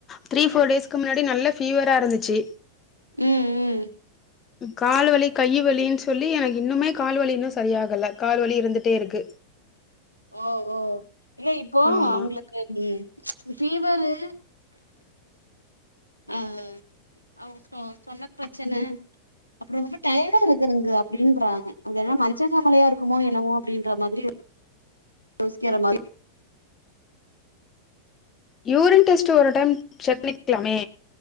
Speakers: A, on the left; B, on the right.
A: த்ரீ போர் டேஸ்க்கு முன்னாடி நல்ல பீவரா இருந்துச்சு
B: ம் ம்
A: காய்வலி கை வலின் சொல்லி எனக்கு இன்னுமே கால்வலி இன்னு சரியாகல கால்வலி இருந்துட்டே இருக்கு
B: ஓ ஓ இல்ல இப்போ
A: ஆமா
B: அவங்களுக் <unintelligible> ஃபீவரு ஆ அ சொன்ன பிரச்சன அப்பறோ ரொம்ப டயர்டா இருக்குங்க அப்டின்றாங்கா அப்டின்னா மஞ்ச காமாலையா இருக்குமோ என்னமோ அப்டின்ற மாதிரி யோசிக்கிற மாரி
A: யூரின் டெஸ்ட் ஒரு டைம் செக் பண்ணிக்கலாமே